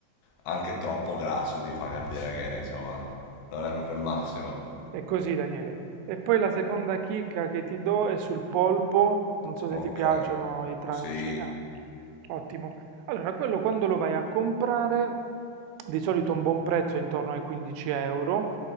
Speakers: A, on the left; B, on the right.
A: anche troppo grasso ti fa capire che, insomma, non è proprio il massimo.
B: È così, Daniele. E poi la seconda chicca che ti do è sul polpo. Non so se
A: Ok,
B: ti piacciono i tranci.
A: sì,
B: Ah, ottimo. Allora, quello quando lo vai a comprare, di solito un buon prezzo è intorno ai 15 euro